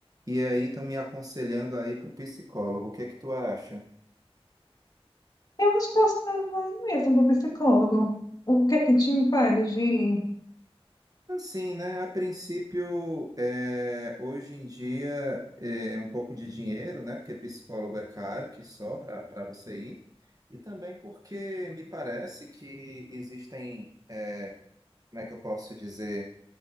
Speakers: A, on the right (about 35°); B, on the left (about 40°).
A: E aí estão me aconselhando aí pro psicólogo. O que é que tu acha?
B: Eu acho que você deve ir mesmo pro psicólogo. O que é que te impede de... ir?
A: Assim, né? A princípio, é, hoje em dia, eh, é um pouco de dinheiro, né? Porque psicólogo é caro, que só para para você ir. E também porque me parece que existem, é, como é que eu posso dizer,